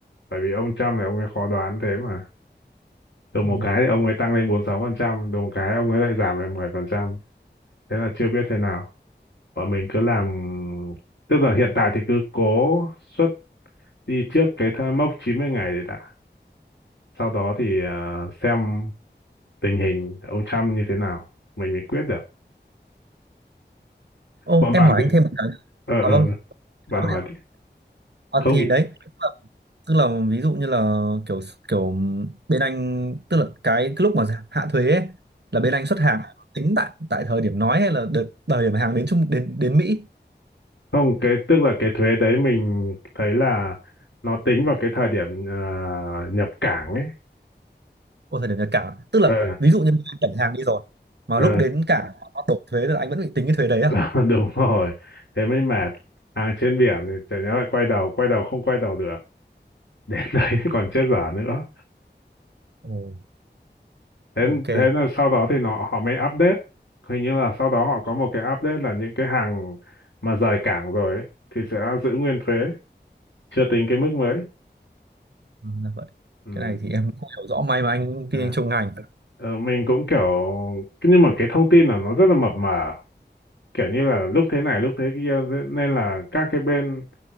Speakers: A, on the left; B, on the right.
A: bởi vì ông Trump này ông ấy khó đoán thế mà đùng
B: Ồ,
A: một cái thì ông ấy tăng lên bốn mươi sáu phần trăm đùng một cái ông ấy lại giảm về 10 phần trăm thế là chưa biết thế nào bọn mình cứ làm tức là hiện tại thì cứ cố xuất đi trước cái thai- mốc 90 ngày đấy đã sau đó thì à, xem tình hình ông Trump như thế nào mình mới quyết được
B: Ồ,
A: bọn bạn
B: em hỏi
A: thì
B: anh thêm một cái.
A: ờ
B: À
A: ờ ờ,
B: vâng,
A: bạn
B: Thôi
A: hỏi
B: ạ.
A: đi
B: À,
A: không
B: thì
A: ý
B: đấy tức là, tức là ví dụ như là kiểu kiểu bên Anh tức là cái, cái lúc mà dạ, hạ thuế ấy, là bên Anh xuất hàng tính tại tại thời điểm nói hay là đợt, thời điểm hàng đến Trung đến đến Mỹ
A: Không, cái tức là cái thuế đấy mình thấy là nó tính vào cái thời điểm ờ, nhập cảng ấy.
B: ô thời điểm nhập cảng tức là
A: Ờ,
B: ví dụ như anh cảnh hàng đi rồi mà
A: ờ,
B: lúc đến cảng nó đổ thuế là anh vẫn bị tính cái thuế đấy à
A: <laughs> đúng rồi. Thế mới mệt. Hàng trên biển thì chả nhẽ lại quay đầu, quay đầu không quay đầu được. Đến <laughs> đấy còn chết dở nữa.
B: Ồ,
A: Thế
B: ok
A: thế là sau đó thì nó họ mới update. Hình như là sau đó họ có một cái update là những cái hàng mà rời cảng rồi ấy, thì sẽ giữ nguyên thuế, chưa tính cái mức mới.
B: Ừ, là vậy
A: Ừ.
B: cái này thì em cũng không hiểu rõ may mà anh
A: à.
B: kinh anh trong ngành
A: Ờ, mình cũng kiểu nhưng mà cái thông tin là nó rất là mập mờ kiểu như là lúc thế này lúc thế kia nên là các cái bên